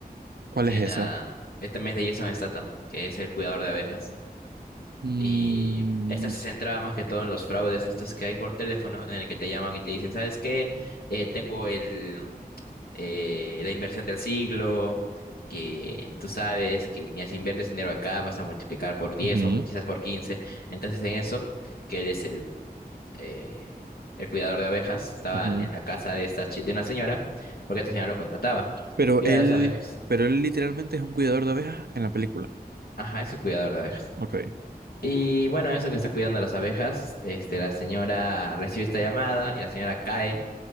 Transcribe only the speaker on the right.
¿Cuál
es
esa?
Mm,
ujú,
ujú.
Pero
él,
pero él literalmente es un cuidador de abejas en la película.
Ok.